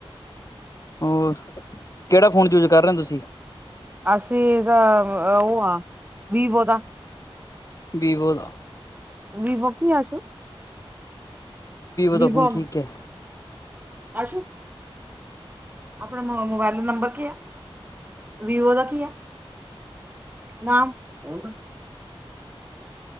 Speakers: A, on the left; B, on the right.
A: ਹੋਰ, ਕਿਹੜਾ ਫੋਨ ਯੂਜ ਕਰ ਰਹੇ ਹੋ ਤੁਸੀਂ?
B: ਅਸੀਂ ਦਾ ਉਹ ਆ, ਵੀਵੋ ਦਾ।
A: ਵੀਵੋ ਦਾ।
B: ਵੀਵੋ ਕੀ <unintelligible> ਵੀਵੋ।
A: ਦਾ ਫੋਨ ਠੀਕ ਹੈ
B: ਆਸੂ ਆਪਣਾ ਮੋਬਾਇਲ ਨੰਬਰ ਕੀ ਆ? ਵੀਵੋ ਦਾ ਕੀ ਆ, ਨਾਮ? <inaudible> <unintelligible>